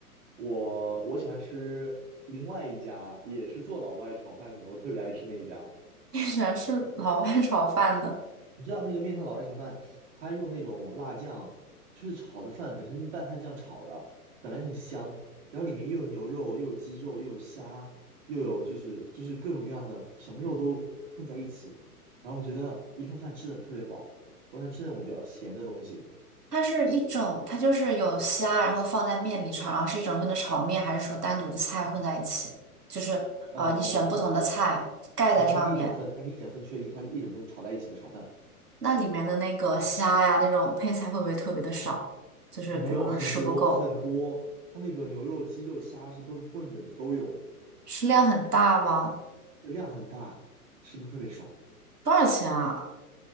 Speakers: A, on the right (about 50°); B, on the right (about 80°).
A: 我我喜欢吃另外一家，也是做老外炒饭的，我特别爱吃那一家。
B: <laughs> 你喜欢吃老外炒饭的？
A: 你知道那个面向老外炒饭，他用那种辣酱，就是炒的饭本身拌饭酱炒的，本来就很香，然后里面又有牛肉，又有鸡肉，又有虾，又有就是就是各种各样的什么肉都混在一起，然后我觉得一份饭吃的特别饱。我想吃那种比较咸的东西，
B: 它是一种，它就是有虾，然后放在面里炒，然后是一整份的炒面，还是说单独的菜混在一起？就是呃，
A: 呃，
B: 你选不同的菜盖在上面，
A: 它没有，它是一整份，它是一整份确定，它是一整份炒在一起的炒饭。
B: 那里面的那个虾呀，那种配菜会不会特别的少？就是比如说吃不够，
A: 没有很多很多，它那个牛肉、鸡肉、虾是都是混着的，都有，
B: 食量很大吗？
A: 这量很大，吃的特别爽。
B: 多少钱啊？